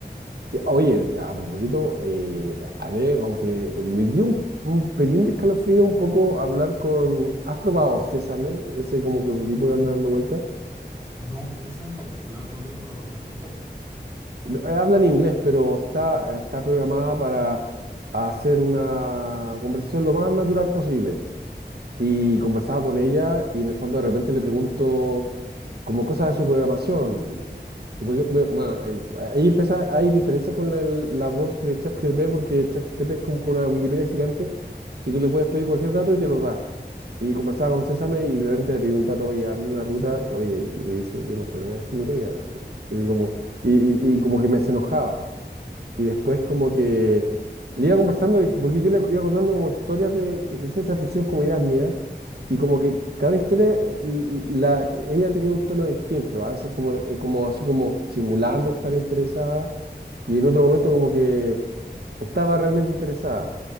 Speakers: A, on the right (about 65°); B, on the right (about 15°).
A: Que, Oye, a propósito, eh, a mí como que me dio un, un pelín de escalofrío un poco hablar con... ¿Has probado Sésame? Ese como prototipo que anda dando vueltas.
B: No, ese en particular no lo he probado. Cuéntame.
A: eh, habla en inglés, pero está, está programada para hacer una conversación lo más natural posible. Y conversaba con ella y en el fondo de repente le pregunto como cosas de su programación. Y- y- porque, bu- Bueno, el- ahí empieza, hay diferencias con el- la voz de ChatGPT porque ChatGPT es como una Wikipedia gigante y tú le puedes pedir cualquier dato y te lo da. Y conversaba con Césame y literalmente le pedí un dato, oye, hazme una ruta, oye, y me dice, yo no soy una enciclopedia, así. Y como, y, y- y como que me se enojaba. Y después como que le iba conversando, y- porque yo le iba contando como historias de, que- de ciencia ficción como ideas mías,
B: Ujú.
A: y como que cada historia, eh, l- la, ella tenía un tono distinto, a veces como, eh, como así como simulando estar interesada, y en otro momento como que estaba realmente interesada.